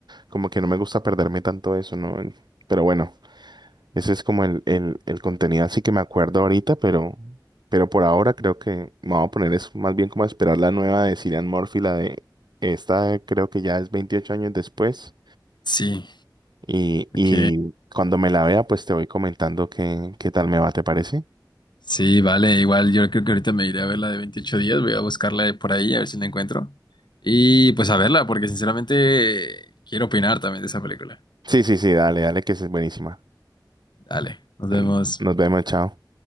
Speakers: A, on the right; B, on the left.
A: como que no me gusta perderme tanto eso, ¿no? Pero bueno. Ese es como el, el, el contenido así que me acuerdo ahorita, pero, pero por ahora creo que me voy a poner es más bien como a esperar la nueva de Cillian Murphy, la de esta creo que ya es veintiocho años después.
B: Sí,
A: Y, y
B: ok.
A: cuando me la vea, pues te voy comentando qué, qué tal me va, ¿te parece?
B: Sí, vale, igual yo creo que ahorita me iré a ver la de 28 días, voy a buscarla por ahí a ver si la encuentro. Y pues a verla, porque sinceramente quiero opinar también de esa película.
A: Sí, sí, sí, dale, dale, que es buenísima.
B: Dale, nos
A: Mm,
B: vemos.
A: Nos vemos, chao.